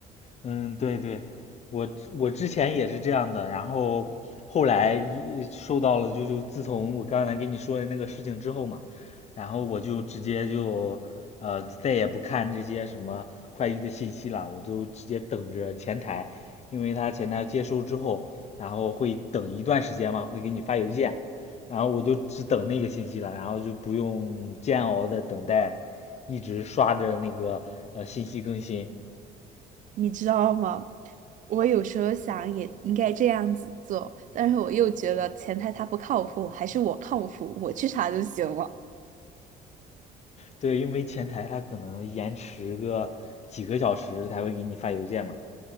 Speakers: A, on the left; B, on the right.
A: 嗯，对对，我我之前也是这样的，然后后来一收到了，就就自从我刚才跟你说的那个事情之后嘛，然后我就直接就呃再也不看这些什么快递的信息了，我就直接等着前台，因为他前台接收之后，然后会等一段时间嘛，会给你发邮件，然后我就只等那个信息了，然后就不用煎熬的等待，一直刷着那个呃信息更新。
B: 你知道吗？我有时候想也应该这样子做，但是我又觉得前台他不靠谱，还是我靠谱，我去查就行了。
A: 对，因为前台他可能延迟个几个小时才会给你发邮件嘛。